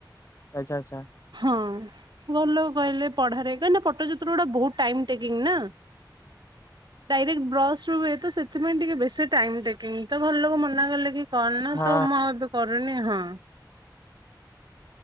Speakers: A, on the left (about 40°); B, on the right (about 70°).
A: ଆଚ୍ଛା ଆଚ୍ଛା
B: ହଁ ଭଲ କହିଲେ ପଢାରେ କାଇଁନା ପଟ୍ଟ ଚିତ୍ର ଗୁଡାକ ବହୁତ ଟେକିଂ ନା ଡାଇରେକ୍ଟ ବ୍ରସ ଶୁଏ ତ ସେଥିପାଇଁ ଟିକେ ବେଶୀ ଟାଇମ ଟେକିଂ ତ ଭଲ ଲୋକ ମ ଗଲେ କି କରନା ନା
A: ହଁ
B: ତ ମୁଁ ଆଉ ଏବେ କରୁନି ହଁ